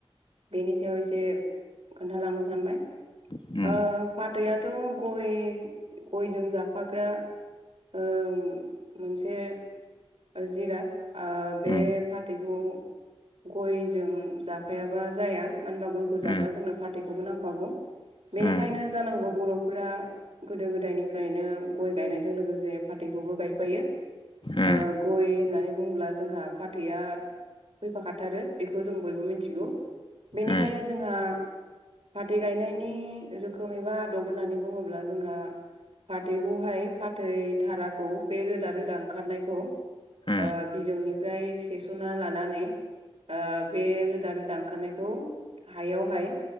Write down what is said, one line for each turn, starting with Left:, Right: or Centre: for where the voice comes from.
Right: बेनि सायाव एसे खोन्थालांनो सानबाय।
Left: उम
Right: ओ फाथैआथ' गय गयजों जाफाग्रा ओ मोनसे ओ जिराद ओ बे
Left: उम
Right: फाथैखौ गयजों जाफायाबा जाया। मानो होनबा गय खौ जाब्ला
Left: उम
Right: जोंनो फाथैखौबो नांफागौ। बेनिखायनो
Left: उम
Right: जानांगौ बर'फोरा गोदो गोदायनिफ्रायनो गय गायनायजों लोगोसे फाथैखौबो गायफायो। ओ
Left: उम
Right: गय होननानै बुङोब्ला जोंहा फाथैआ फैफाखाथारो। बेखौ जों बयबो मिन्थिगौ। बेनिखायनो
Left: उम
Right: जोंहा फाथै गायनायनि रोखोम एबा आदब होननानै बुङोब्ला जोंहा फाथैखौहाय फाथै धाराखौ बे रोदा रोदा ओंखारनायखौ ओ
Left: उम
Right: बिजौनि ओमफ्राय सेस'ना लानानै ओ बे रोदा रोदा ओंखारनायखौ हायावहाय